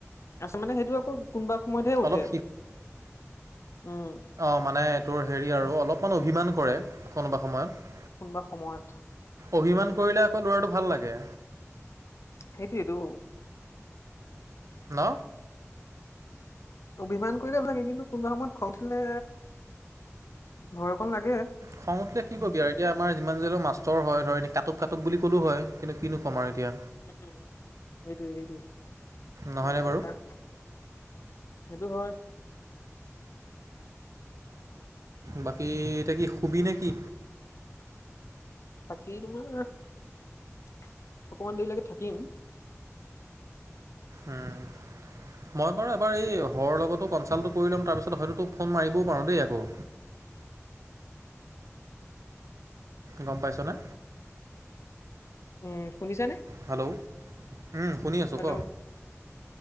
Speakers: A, on the left; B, on the right.
A: আচলতে মানে, সেইটো আকৌ কোনোবা সময়তহে উঠে,
B: অলপ
A: উম।
B: অ, মানে তোৰ হেৰি আৰু অলপমান অভিমান কৰে কোনোবা সময়ত।
A: কোনোবা সময়ত।
B: অভিমান কৰিলে আকৌ ল'ৰাটো ভাল লাগে।
A: সেইটোয়েইটো।
B: ন
A: অভিমান কৰিলে ভ, লাগে। কিন্তু কোনোবা সময়ত খং দিলে ভয় অকন লাগে।
B: খং উঠিলে নি কি ক'বি আৰু এতিয়া আমাৰ যিমান যদিও মাষ্টৰ হয়, ধ, এ, কাটুব, কাটুব বুলি ক'লেও হয়। কিন্তু কিনো ক'ম আৰু এতিয়া।
A: উম, সেইটোৱে, সেইটোৱে
B: নহয়নে
A: কি
B: বাৰু
A: কোৱা? সেইটো, হয়।
B: বাকী, এতিয়া কি, সুবিনে কি?
A: বাকী, তোমাৰ অকমান দেৰিলৈকে থাকিম।
B: উম, মই বাৰু এবাৰ এই হৰৰ লগতো কনচাল্টটো কৰি ল'ম তাৰপিছত হয়তো ফোন মাৰিব পাৰো দেই আকৌ। গম পাইছনে?
A: উম, শুনিছানে?
B: হেল্ল'? উম শুনি আছোঁ
A: হেল্ল'
B: ক?